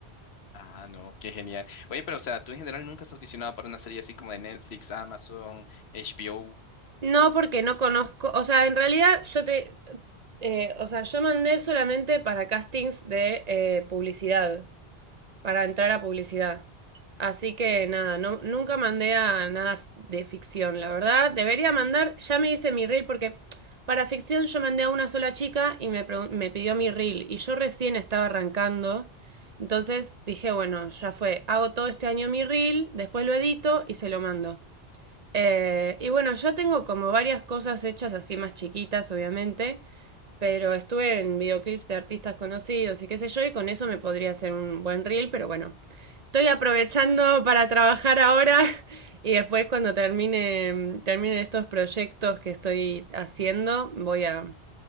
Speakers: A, on the left; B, on the right.
A: Ah, no, qué genial. Oye, pero o sea, tú en general nunca has audicionado para una serie así como de Netflix, Amazon, HBO.
B: No porque no conozco, o sea, en realidad yo te, eh, o sea, yo mandé solamente para castings de eh, publicidad. para entrar a publicidad. Así que nada, no, nunca mandé a nada de ficción, la verdad. Debería mandar, ya me hice mi reel porque para ficción yo mandé a una sola chica y me, me pidió mi reel y yo recién estaba arrancando. Entonces dije, bueno, ya fue, hago todo este año mi reel, después lo edito y se lo mando. Eh, y bueno, ya tengo como varias cosas hechas así más chiquitas, obviamente. Pero estuve en videoclips de artistas conocidos y qué sé yo, y con eso me podría hacer un buen reel, pero bueno, estoy aprovechando para trabajar ahora <laughs> y después cuando termine, termine estos proyectos que estoy haciendo, voy a,